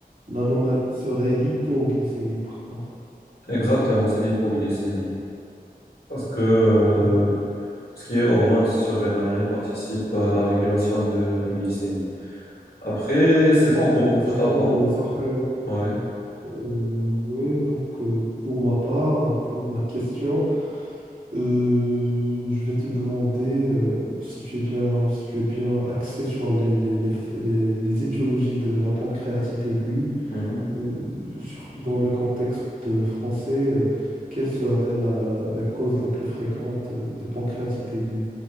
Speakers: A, on the right; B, on the left.
A: l'anomalie serait l'hypoglycémie, par contre.
B: exactement, c'est l'hypoglycémie. Parce que euh,
A: Ouais,
B: tout ce qui est hormones surrénaliennes participe à la régulation de la glycémie. Après, c'est ton tour,
A: exactement.
B: je t'attends.
A: euh, ça ferait.
B: Ouais.
A: euh, ouais, donc, euh, pour ma part, pour ma question, euh, je vais te demander euh, si tu es bien, si tu es bien axé sur les, les, les f- les- les étiologies de la pancréatite aiguë.
B: mhm.
A: euh, surtout dans le contexte euh, français, euh, quelle serait la, la- la cause la plus fréquente euh, de pancréatite aiguë?